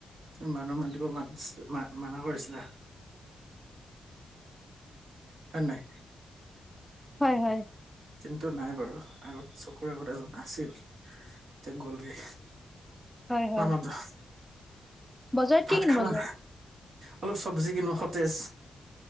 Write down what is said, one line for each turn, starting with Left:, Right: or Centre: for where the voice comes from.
Right: মানুহ মাতিব মাছিল মা মানা কৰিছিলা হয় নাই
Centre: হয় হয়
Right: কিন্তু নাই বাৰু আগত চকুৰ আগত এজন আছিল এতিয়া গ'লগে
Centre: হয় হয়
Right: নামাতো
Centre: বজাৰত
Right: ভাত
Centre: কি কিনিব
Right: খালা
Centre: যোৱা
Right: অলপ চব্জি কিনো সতেজ